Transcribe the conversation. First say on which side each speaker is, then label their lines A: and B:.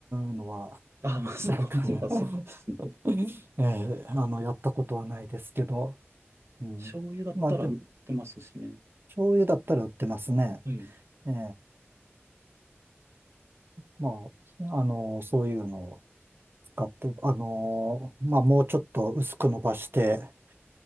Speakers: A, on the right; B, on the right.
A: のは、
B: あ、
A: <laughs>
B: まあ、そこまでがそうですね。
A: なんかね、<laughs> ええあの、やったことはないですけど、うん。
B: 醤油だったら売ってますしね。
A: まあでも、醤油だったら売ってますね。
B: はい。
A: ええまあ、あの、そういうのを使って、あの、まあもうちょっと薄く伸ばして、